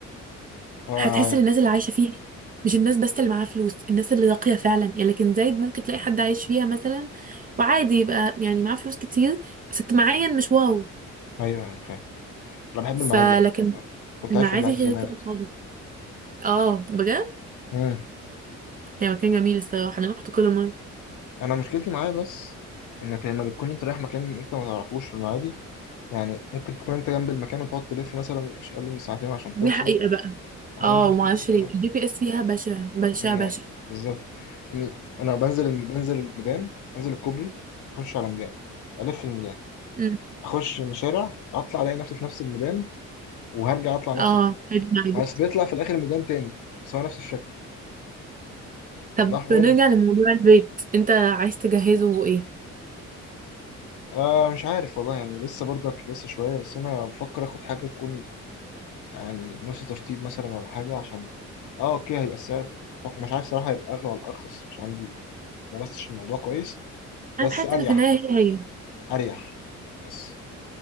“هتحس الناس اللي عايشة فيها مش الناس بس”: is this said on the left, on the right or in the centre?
Right